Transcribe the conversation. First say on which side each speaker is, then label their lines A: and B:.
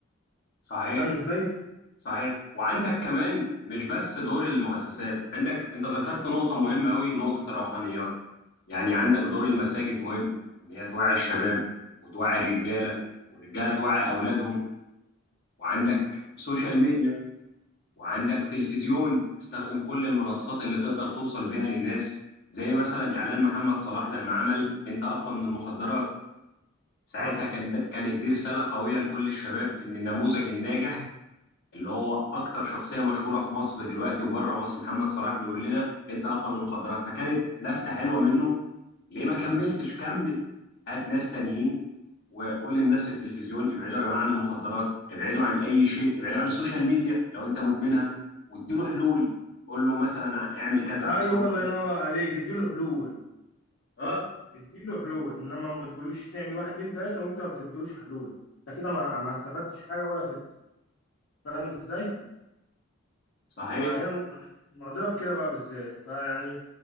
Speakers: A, on the left; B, on the left.
A: صحيح
B: فاهم ازاي
A: صحيح وعندك كمان مش بس دور المؤسسات عندك انت ذكرت نقطه مهمه قوي نقطه الروحانيات يعني عندك دور المساجد مهم ان هي توعي الشباب وتوعي الرجاله والرجاله توعي اولادهم وعندك سوشيال ميديا وعندك تلفزيون استخدم كل المنصات اللي تقدر توصل بيها للناس زي مثلا اعلان محمد صلاح لما عمل انت اقوى من المخدرات ساعتها
B: حصل
A: كان ده كانت دي رساله قويه لكل الشباب ان النموذج الناجح اللي هو اكتر شخصيه مشهوره في مصر دلوقتي وبره مصر محمد صلاح بيقول لنا انت اقوى من المخدرات فكانت لفته حلوه منه ليه ما كملتش كمل هات ناس تانيين وقول للناس في التلفزيون ابعدوا يا جماعه عن المخدرات ابعدوا عن اي شيء ابعدوا عن السوشيال ميديا لو انت مدمنها واديله حلول قول له مثلا ع- اعمل كذا
B: ايوه
A: او سوي
B: الله
A: كذا
B: ينور عليك اديله حلول
A: اه
B: اديله حلول انما ما تقولوش اعمل واحد اتنين تلاته وانت ما بتديلوش حلول انت كده ما, ما استفدتش حاجه ولا فت فاهم ازاي؟
A: صحيح
B: فهي الم- المعضله في كده بقى بالذات فيعني